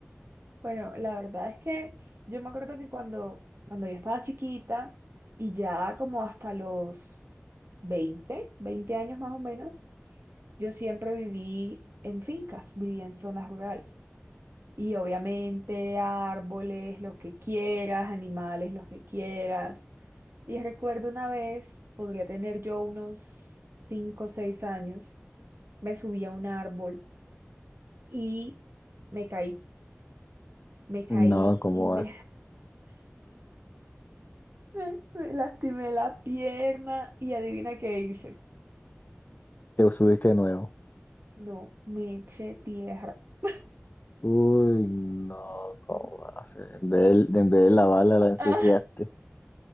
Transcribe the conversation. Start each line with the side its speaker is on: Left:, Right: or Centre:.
Right: Bueno, la verdad es que yo me acuerdo que cuando, cuando yo estaba chiquita y ya como hasta los veinte veinte años más o menos, yo siempre viví en fincas, viví en zonas rurales. Y obviamente árboles, los que quieras, animales, los que quieras. Y recuerdo una vez, podría tener yo unos cinco o 6 años, me subí a un árbol y me caí. Me caí,
Left: no, ¿cómo
Right: me
Left: va?
Right: <laughs> Me, me lastimé la pierna y adivina qué hice.
Left: Te subiste de nuevo.
Right: No, me eché tierra. <laughs>
Left: Uy, no, ¿cómo va a ser? En vez de, en vez de lavarla, la ensuciaste.
Right: Ah,